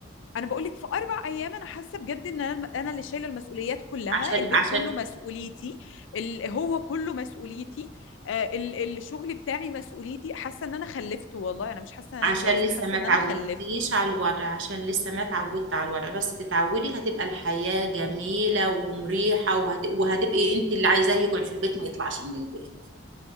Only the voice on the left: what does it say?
انا بقول لك في اربع ايام انا حاسه بجد ان انا انا اللي شايله المسؤوليات كلها
البيت
كله مسؤوليتي ال- هو كله مسؤوليتي آه، ال- الشغل بتاعي مسؤوليتي حاسه ان انا خلفت والله انا مش حاسه ان
انا اتجوزت
حاسه
ان
انا خلفت